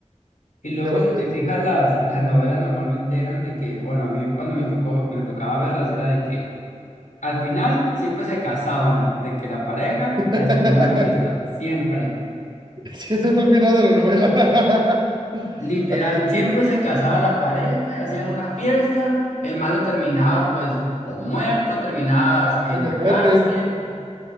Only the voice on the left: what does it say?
Y luego
si
te fijas, las, <laughs> las novelas normalmente eran de que, bueno, a mí cuando me tocó, me tocaba verlas era de que Al final siempre se casaban de que la pareja
y hacían una fiesta, siempre.
Literal,
siempre se casaba la pareja y hacían una fiesta. El malo terminaba pues o muerto, terminaba en
la
cárcel.